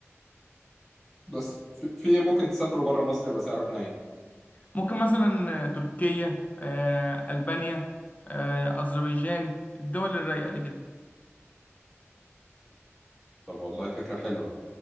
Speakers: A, in the centre; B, on the left.
A: بس في في إيه ممكن تسافروا بره مصر يبقى سعره حنين
B: ممكن مثلا تركيا آه البانيا آه اذربيجان الدول الرايقه دي كده
A: طب والله فكرة حلوة